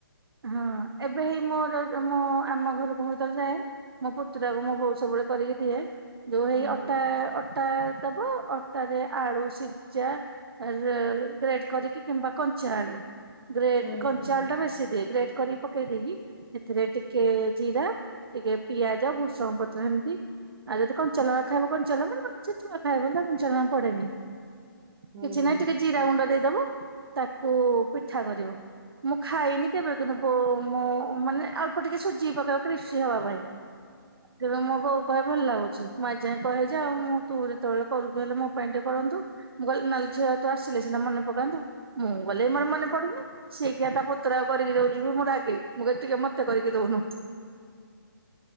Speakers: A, on the right (about 85°); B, on the right (about 15°).
A: ହଁ ଏବେ ହି ମୋର ମୁଁ ଆମ ଘରକୁ ଯେତେବେଳେ ଯାଏ ମୋ ପୁତୁରାକୁ ମୋ ବୋଉ ସବୁବେଳେ କରିକି ଦିଏ ଯୋଉ
B: ହୁଁ
A: ହେଇ ଅଟା ଅ ଅଟା ଦବ ଅଟାରେ ଆଳୁ ସିଜା ରେ ରେଟ କରିକି କିମ୍ବା କଞ୍ଚା ଆଳୁ ଗ୍ରେଟ
B: ହୁଁ
A: କଞ୍ଚା
B: ହୁଁ।
A: ଆଳୁ ଟା ବେଶୀ ରେଡ କରି ପକେଇ ଦେଇ କି ଏଥିରେ ଟିକେ ଜିରା ଟିକେ ପିଆଜ ଭୃଷଙ୍ଗ ପତ୍ର ଏମିତି। ଆଉ ଯଦି କଞ୍ଚାଲଙ୍କା ଖାଇବ କଞ୍ଚାଲଙ୍କା ନହେଲେ ସେଛୁଆ ଖାଇବ ବୋଲି କଞ୍ଚାଲଙ୍କା ପଡେନି।
B: ହଁ
A: କିଛି ନାହିଁ ଟିକେ ଜିରା ଗୁଣ୍ଡ ଦେଇଦବ ତାକୁ ପିଠା କରିବ ମୁଁ ଖାଇନି ସେଦିନ ବୋ ମୋ ମାନେ ଆଉ ଟିକେ ସୁଜି ପକେଇବ କ୍ରିସିବି ହବା ପାଇଁ ତେଣୁ ମୋ ବୋଉ କହେ ଭଲ ଲାଗୁଛି ମୁଁ ଆଜି ଯାଏ କହେ ଯେ ଆଉ ମୁଁ ତୁ ଯେତେବେଳେ କରୁଛୁ ହେଲେ ମୋ ପାଇଁ ଟିକେ କରନ୍ତୁ। ମୁଁ ଗଲେ ନହେଲେ ଝିଅ ତୁ ଆସିଲେ ସିନା ମନେ ପକାନ୍ତୁ ମୁଁ ଗଲେ ମୋର ମନେପଡୁନିସିଏ କିଆ ତା ପୁତୁରାକୁ କରିକି ଦଉଛୁ ମୁଁ ରାଗେ ମୁଁ କହେ ମତେ କରିକି ଦଉନୁ।